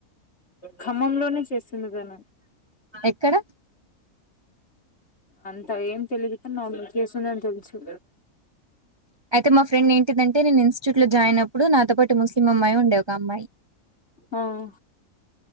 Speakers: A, on the left; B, on the right.
A: ఖమ్మంలోనే చేసున్నదాన
B: ఎక్కడ
A: అంత ఏం తెలిదు కానీ నార్మల్ చేసుందని తెలుసు
B: అయితే మా ఫ్రెండ్ని తెదంటే నేను ఇన్స్టిట్యూట్ లో జాయిన్ అప్పుడు నాతో పాటు ముస్లిం అమ్మాయి ఉండే ఒక అమ్మాయి
A: ఆఆ